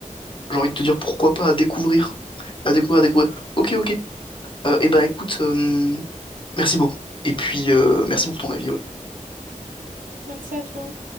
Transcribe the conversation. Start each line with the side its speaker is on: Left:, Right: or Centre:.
Left: J'ai envie de te dire pourquoi pas à découvrir. À découvrir, à découvrir. Ok, ok. Euh, eh ben, écoute, euh, merci beaucoup. Et puis, euh, merci pour ton avis. ok?
Right: Merci à toi.